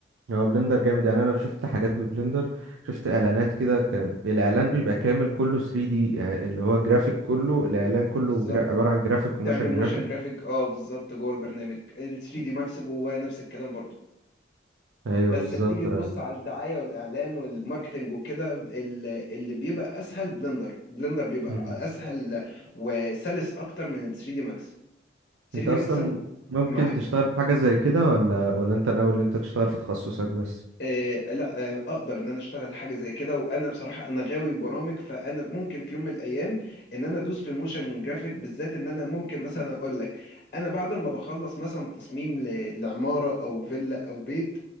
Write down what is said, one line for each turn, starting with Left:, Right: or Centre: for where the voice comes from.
Right: هو بلندر جامد يعني انا شفت حاجات ببلندر شفت اعلانات كده كان الاعلان بيبقى كامل كله 3D يعني اللي هو جرافيك كله الاعلان كله
Left: بالظبط
Right: جرا... عبارة عن جرافيك وموشن
Left: تعمل موشن
Right: جرافيك
Left: جرافيك اه بالظبط جوه البرنامج ال 3 دي ماكس جواه نفس الكلام برضه
Right: ايوه
Left: بس
Right: بالظبط
Left: بتيجي تبص على الدعايه والاعلان والماركتنج وكده ال- اللي بيبقى اسهل بلندر بلندر بيبقى
Right: مم.
Left: اسهل وسلس اكتر من ال 3 دي ماكس 3
Right: انت
Left: دي
Right: اصلا
Left: ماكس
Right: ممكن
Left: معاك
Right: تشتغل في حاجة زي كده ولا ولا انت ناوي ان انت تشتغل في تخصصك بس
Left: آه لا آه اقدر ان انا اشتغل حاجه زي كده وانا بصراحه انا غاوي برامج فانا ممكن في يوم من الايام ان انا ادوس في الموشن جرافيك بالذات ان انا ممكن مثلا اقول لك انا بعد ما بخلص مثلا تصميم ل- لعماره او فيلا او بيت